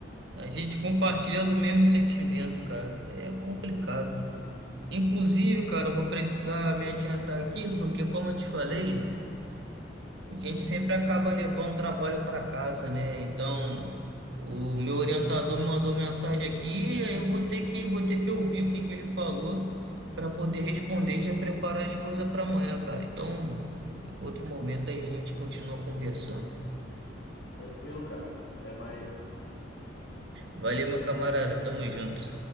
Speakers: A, on the right (about 65°); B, on the left (about 75°).
A: a gente compartilha do mesmo sentimento, cara. É complicado. Inclusive, cara, eu vou precisar me adiantar aqui, porque como eu te falei, A gente sempre acaba levando o trabalho para casa, né? Então, o meu orientador me mandou mensagem aqui, aí eu vou ter que, vou ter que ouvir o que que ele falou para poder responder e já preparar as coisas para amanhã, cara. Então, em outro momento aí a gente continua conversando.
B: Tranquilo, cara. Até mais.
A: Valeu, meu camarada, tamo junto.